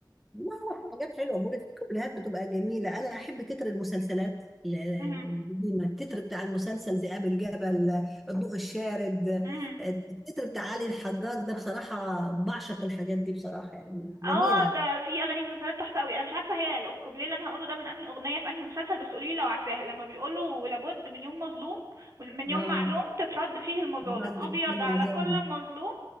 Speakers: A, in the centre; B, on the right.
A: لا لا حاجات حلوه بقول لك الكوبليهات بتبقى جميله انا احب تتر المسلسلات ال-
B: مهم.
A: القديمه التتر بتاع المسلسل ذئاب الجبل الضوء الشارد
B: مهم.
A: التتر بتاع علي الحجار ده بصراحه بعشق الحاجات دي بصراحه يعني جميله
B: اه ده في اغاني مسلسلات تحفه قوي انا مش عارفه هي الكوبليه اللي انا هقوله ده من انهي اغنيه في انهي مسلسل بس قولي لي لو عارفاها لما بيقولوا لابد من يوم مظلوم من يوم
A: اه
B: معلوم تترد فيه المظالم
A: برد
B: ابيض
A: في المظالم
B: على كل مظلوم